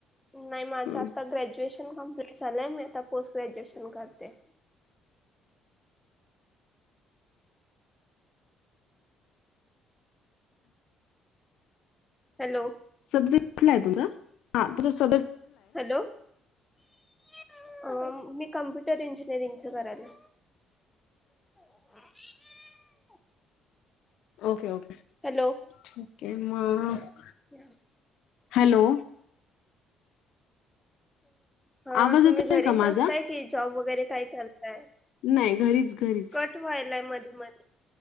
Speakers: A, in the centre; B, on the left.
A: नाइ माझं
B: हं.
A: आता ग्रॅज्युएशन कम्प्लीट सला मी आता पोस्ट ग्रॅज्युएशन करते. हॅलो.
B: सब्जेट कुठला आहे तुमझं हा तुं स.
A: हॅलो, <inaudible> आम मी कम्प्युटर इंजिनिअरिंगचं कराल <unintelligible>
B: ओके ओके,
A: हॅलो,
B: ठीकेय मग,
A: <unintelligible>
B: हॅलो,
A: हा
B: आवाज
A: तुमी
B: येतोय
A: घरीच
B: का माझा?
A: असताय कि जॉब वगेरे काइ करताय.
B: नाइ घरीच-घरीच,
A: वायलाय मदि मदी,